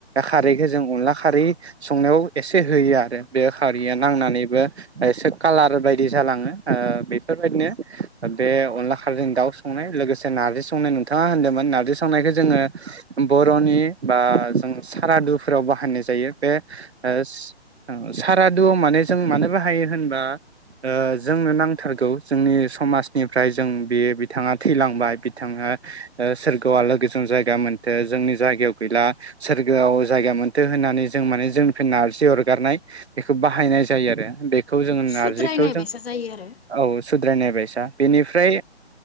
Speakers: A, on the right; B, on the left.
A: खारैखौ जों अनला खारि संनायाव एसे होयो आरो बे खारिया नांनानैबो एसे कालार बायदि जालाङो आ बेफोरबायदिनो बे अनला खारजों दाउ संनाय लोगोसे नार्जि संनाय नोंथाङा होनदोंमोन नार्जि संनायखौ जोङो बरनि बा जों सारादुफोराव बाहायनाय जायो बे उ <unintelligible> सारादु माने जों मानो बाहायो होनबा उ जोंनो नांथारगौ जोंनि समाजनिफ्राय जों बेयो बिथाङा थैलांबाय बिथाङा सोरगोवाव आलोगोजों जायगा मोनथो जोंनि जायगायाव गैला सोरगोआव जायगा मोनथो होननानै जों माने जोंनिफ्राय नारजि अरगारनाय बेखौ बाहायनाय जायो आरो बे खौ
B: बेखौ
A: जोङो नारजिखौ
B: सुद्रायनाय
A: जों
B: बायसा जायो आरो
A: औ सुद्रायनाय बायसा बेनिफ्राय